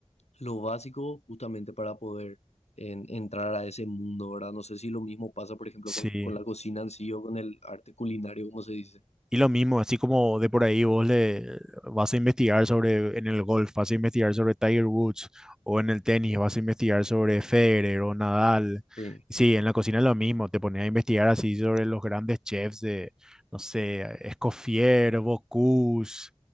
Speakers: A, on the left; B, in the centre.
A: lo básico justamente para poder en- entrar a ese mundo, ¿verdad? No sé si lo mismo pasa, por ejemplo,
B: Sí.
A: con, con la cocina en sí o con el arte culinario, como se dice.
B: Y lo mismo, así como de por ahí vos le vas a investigar sobre en el golf, vas a investigar sobre Tiger Woods o en el tenis, vas a investigar sobre Federer o Nadal.
A: Sí,
B: Sí, en la cocina es lo mismo, te pones a investigar así sobre los grandes chefs de, no sé, Escoffier, Bocuse,